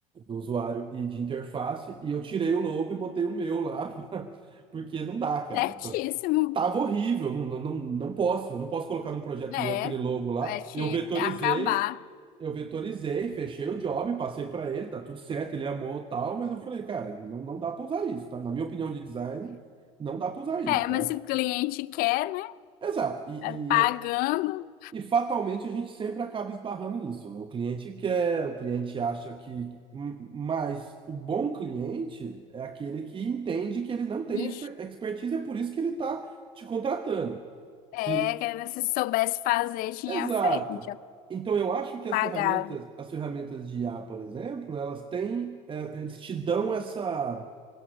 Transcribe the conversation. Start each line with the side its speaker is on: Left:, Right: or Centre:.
Right: do usuário e de interface. E eu tirei o logo e botei o meu lá, <laughs> porque não dá, cara.
Left: Certíssimo.
Right: Tá- Tava horrível, não, não, não não posso, eu não posso colocar num projeto
Left: É,
Right: meu aquele logo lá.
Left: vai te
Right: Eu vetorizei
Left: acabar.
Right: eu vetorizei, fechei o job, passei pra ele, tá tudo certo, ele amou tal, mas eu falei, cara, não, não dá pra usar isso, tá? Na minha opinião de design, não dá pra usar isso,
Left: É,
Right: tá?
Left: mas se o cliente quer, né?
Right: Exato. E,
Left: é Pagando.
Right: e, é- e fatalmente a gente sempre acaba esbarrando nisso, né? O cliente quer, o cliente acha que. m- Mas o bom cliente é aquele que entende que ele não tem
Left: Ixi,
Right: exper- expertise, é por isso que ele tá te contratando.
Left: é,
Right: Que
Left: que se soubesse fazer, tinha
Right: Exato.
Left: feito, tinha
Right: Então eu acho que as
Left: pagado.
Right: ferramentas, as ferramentas de I A por exemplo, elas têm, é, eles te dão essa,